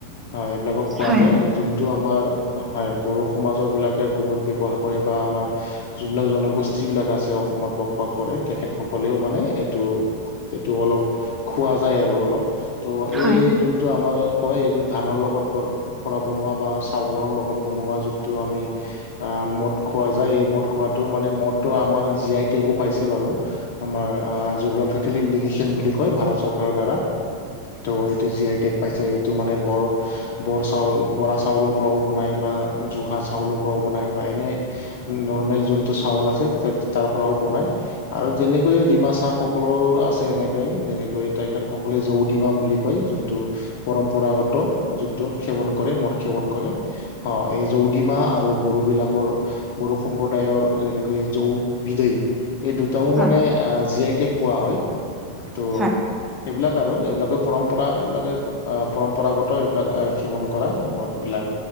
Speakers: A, on the left; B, on the right.
A: হয়, এইবিলাকক খোৱা
B: হয়
A: যায়, যোনটো আমাৰ হয়, বড়ো সমাজৰবিলাকে বহুত ব্যৱহাৰ কৰে বা আমাৰ যোনবিলাক জনগোষ্ঠীবিলাক আছে অসমত বসবাস কৰে, তেখেতসকলেও মানে এইটো এইটো অলপ খোৱা যায় আৰু অলপ। তো
B: হয়
A: এই
B: হয়
A: যোনটো আমাৰ কয়, এইটো ধানৰ লগত পৰা বনোৱা বা চাউলৰ লগত বনোৱা যোনটো আমি অ'- মদ খোৱা যায়, এই মদ খোৱাটোও মানে মদটো আমাৰ জি আই টেগো পাইছে বাৰু। আমাৰ অ'- জোগ্ৰাফিকেল ইণ্ডিকেশ্যন বুলি কয়, ভাৰত চৰকাৰৰ দ্বাৰা। তো এইটো জি আই টেগ পাইছে। এইটো মানে বৰ বৰ চাউল- বৰা চাউলৰ পৰাও বনায় বা জোহা চাউলৰ পৰাও বনায় বা এনে নৰ্মেল যোনটো চাউল আছে, তা- তাৰ পৰাও বনায়। আৰু যেনে কৈয়ে ডিমাছাসকলৰো আছে এনেকে। যেনেকৈ তেখেতসকলে জৌ ডিমা বুলি কয়, যোনটো পৰম্পৰাগত যোনটো সেৱন কৰে, মদ সেৱন কৰে। অ' এই জৌ ডিমা আৰু বড়োবিলাকৰ বড়ো সম্প্ৰদায়ৰ যেনেকৈ জৌ বিদৈ। এই দুটাও
B: হয়
A: মানে অ'- জি আই টেগ পোৱা হয়। তো
B: হয়
A: এইবিলাক আৰু, এইবিলাকে পৰম্পৰা। এইবিলাকে অ'- পৰম্পৰাগত এইবিলাক অ'- সেৱন কৰা মদ বিলাক।